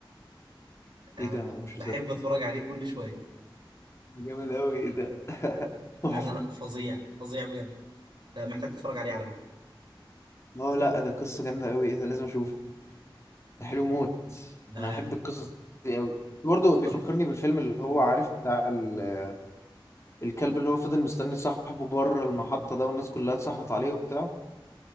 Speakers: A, on the right (about 55°); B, on the left (about 35°).
A: يعني
B: إيه ده أنا مش
A: بحب
B: مصدق
A: اتفرج عليه كل شويه
B: جامد أوي إيه ده <laughs>
A: لا
B: تحفة
A: لا لا فظيع فظيع بجد انت محتاج تتفرج عليه على فكره
B: اه لا ده قصة جامدة أوي إيه ده لازم أشوفه ده حلو موت
A: لا
B: أنا
A: لا
B: أحب
A: لا
B: القصص دي أوي برضه بيفكرني
A: تحفه
B: بالفيلم اللي هو عارف بتاع ال- الكلب اللي هو فضل مستني صاحبه بره المحطة ده والناس كلها اتصاحبت عليه وبتاع